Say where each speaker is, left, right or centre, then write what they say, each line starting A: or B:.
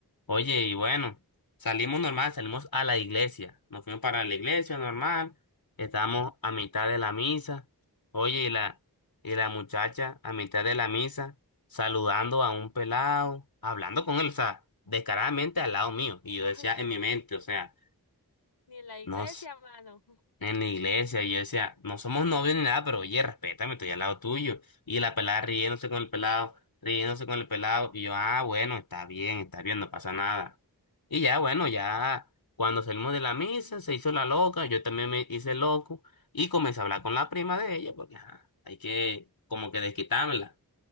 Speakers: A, on the left (about 60°); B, on the left (about 85°).
A: Oye, y bueno, salimos normal, salimos a la iglesia. Nos fuimos para la iglesia normal,
B: uy.
A: estábamos a mitad de la misa. Oye, y la, y la muchacha a mitad de la misa, saludando a un pelado, hablando con él, o sea, descaradamente al lado mío. Y yo
B: <laughs>
A: decía
B: Uy,
A: en mi mente, o sea,
B: ni en la iglesia,
A: no
B: mano.
A: en la iglesia y yo decía, no somos novios ni nada, pero oye, respétame, estoy al lado tuyo. Y la pelada riéndose con el pelado, riéndose con el pelado. Y yo, ah, bueno, está bien, está bien, no pasa nada. Y ya, bueno, ya cuando salimos de la misa, se hizo la loca, yo también me hice loco y comencé a hablar con la prima de ella, porque ajá, hay que como que desquitármela.